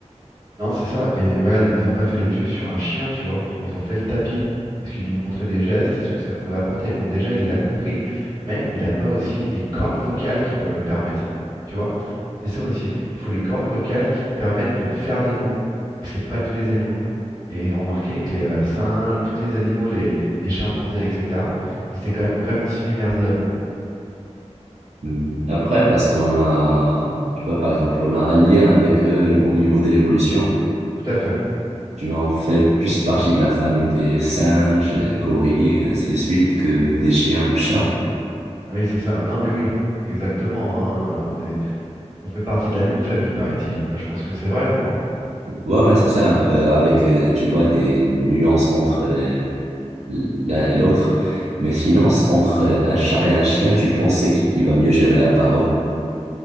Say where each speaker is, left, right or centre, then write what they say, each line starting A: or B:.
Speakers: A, on the right (about 30°); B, on the right (about 70°).
A: Non, c'est ça. Et regarde, ils n'ont pas fait l'étude sur un chien, tu vois. Ils ont fait le tapis. Parce qu'ils lui ont montré des gestes, ce que ça pouvait apporter. Bon, déjà, il l'a compris. Mais il n'a pas aussi les cordes vocales qui peuvent le permettre. Tu vois? C'est ça aussi. Il faut les cordes vocales qui te permettent de faire des mots. Et c'est pas tous les animaux. Et ils ont remarqué que les euh, singes, tous les animaux, les, les chimpanzés, etc., ils étaient quand même vraiment similaires de l'homme.
B: Hmm. Après, parce qu'on a, tu vois, par exemple, on a un lien avec eux au niveau de l'évolution.
A: Tout à fait.
B: Tu en fais plus partie de la famille des singes, euh, gorilles, et ainsi de suite, que des chiens ou chats.
A: Ah Oui, c'est ça. Non, mais oui, exactement. hein. On est, on fait partie de la même famille, paraît-il. Bah, je pense que c'est vrai, moi. hein.
B: Ouais, ouais, c'est ça. euh, avec, euh, tu vois, des nuances entre euh, l'un et l'autre. Mais sinon, c'est entre euh, un chat et un chien, tu penses c'est qui qui va mieux gérer la parole?